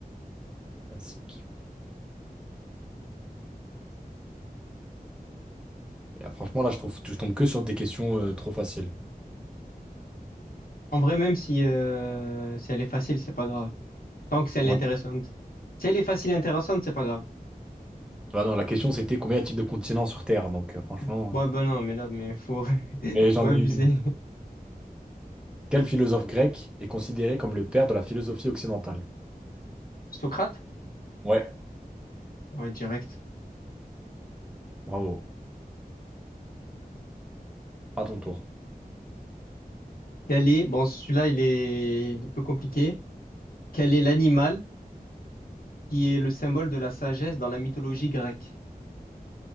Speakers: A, in the centre; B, on the left (about 70°).
A: classique. Mais, ah, franchement, là, je trouve, je tombe que sur des questions euh, trop faciles.
B: En vrai, même si, euh, si elle est facile, c'est pas grave. Tant que si elle
A: Ouais.
B: est intéressante. Si elle est facile et intéressante, c'est pas grave.
A: Bah non, la question, c'était combien y a-t-il de continents sur Terre? Donc, euh, franchement.
B: Ouais,
A: euh,
B: ben non, mais là, mais faut, <laughs>
A: Mais j'en
B: faut abuser.
A: ai une. Quel philosophe grec est considéré comme le père de la philosophie occidentale?
B: Socrate?
A: Ouais,
B: Ouais, direct.
A: bravo. À ton tour.
B: Quel est, bon, celui-là, il est, il est peu compliqué. Quel est l'animal qui est le symbole de la sagesse dans la mythologie grecque?